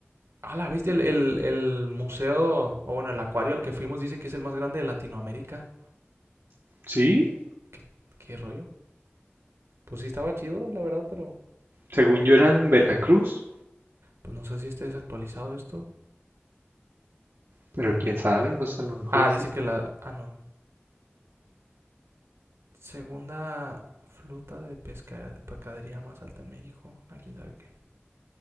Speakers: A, on the right (about 80°); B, on the right (about 65°).
A: Ah, la bestia, el, el- el museo, o bueno, el acuario al que fuimos dice que es el más grande de Latinoamérica.
B: Sí,
A: ¿Qué, qué rollo? Pues sí estaba chido, la verdad, pero
B: según yo era en Veracruz,
A: pues no sé si esté desactualizado esto.
B: pero quién sabe, pues a lo mejor
A: Ah,
B: y
A: dice
B: sí.
A: que la... Ah, no. Segunda flota de pesca- pescadería más alta en México. Ah, quién sabe qué.